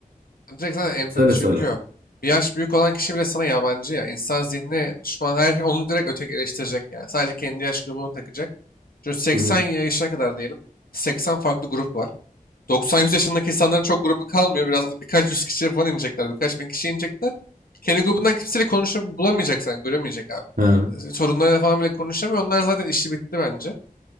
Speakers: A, on the left; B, on the right.
A: direkt zaten empati
B: söyle
A: çöküyor.
B: söyle.
A: Bir yaş büyük olan kişi bile sana yabancı ya. İnsan zihni düşman her şey onu direkt ötekileştirecek yani. Sadece kendi yaş grubunu takacak. Çünkü 80
B: Hı hı.
A: yaşına kadar diyelim. 80 farklı grup var. 90-100 yaşındaki insanların çok grubu kalmıyor. Biraz birkaç yüz kişiye falan inecekler. Birkaç bin kişiye inecekler. Kendi grubundan kimseyle konuşup bulamayacak sen. Göremeyecek abi.
B: Ha,
A: E, Sorunlarıyla falan bile konuşamıyor. Onlar zaten işi bitti bence.